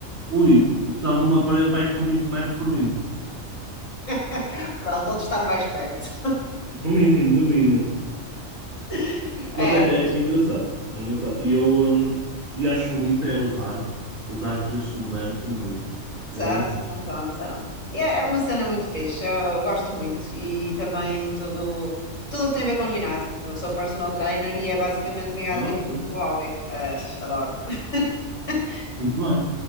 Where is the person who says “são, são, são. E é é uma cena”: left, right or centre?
Left